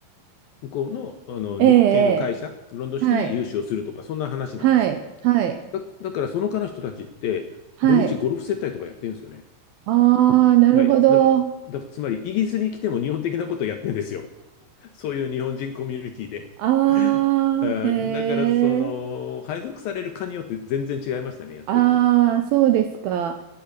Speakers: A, on the left (about 70°); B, on the right (about 75°).
A: 向こうの、あの日系の会社、
B: えええ
A: ロンドン支店に融資をするとか、
B: えはい、
A: そんな話なんですよ。
B: はい、はい、
A: だ、だから、その科の人たちって、
B: はい。
A: 土日ゴルフ接待とかやってるんですよね。
B: ああ、なるほど。
A: はい。だから、
B: <laughs> あ
A: だからつまり、イギリスに来ても日本的なことをやってるんですよ。そういう日本人コミュニティで。
B: あ、
A: <laughs> あだから、
B: へえ。
A: その、配属される科によって全然違いましたね、やってることが。
B: ああ、そうですか。